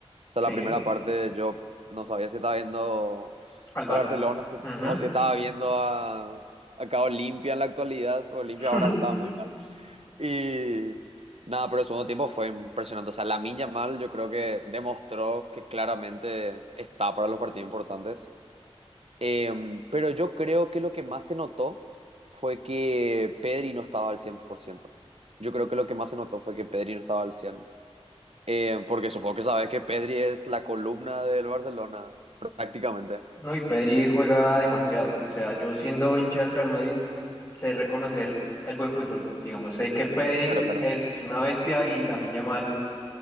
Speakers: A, on the right; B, on the left.
A: sea,
B: Sí,
A: la primera parte yo no sabía si estaba viendo
B: al Barça.
A: al Barcelona si-
B: Ujú.
A: o si estaba viendo a, acá Olimpia en la actualidad. Olimpia
B: <laughs>
A: ahora estaba muy mal. Y nada, pero el segundo tiempo fue impresionante. O sea, Lamine mal yo creo que demostró que claramente está para los partidos importantes. Em, pero yo creo que lo que más se notó fue que Pedri no estaba al cien por ciento Yo creo que lo que más se notó fue que Pedri no estaba al 100%. Em, porque supongo que sabes que Pedri es la columna del Barcelona, prácticamente.
B: No, y Pedri juega demasiado. O sea, yo siendo hincha del Real Madrid, sé reconocer el buen fútbol. Digamos, sé que Pedri
A: Claro, claro.
B: es una bestia y Lamine Yamal.